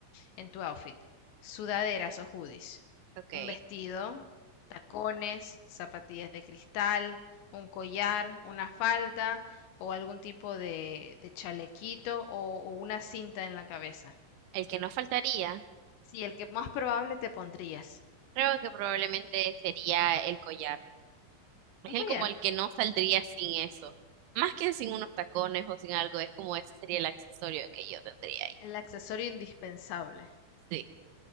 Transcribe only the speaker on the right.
Ok.
El que no faltaría,
creo que probablemente sería el collar. Es
el
como el que no saldría sin eso. Más que sin unos tacones o sin algo, es como ese sería el accesorio que yo tendría ahí.
Sí.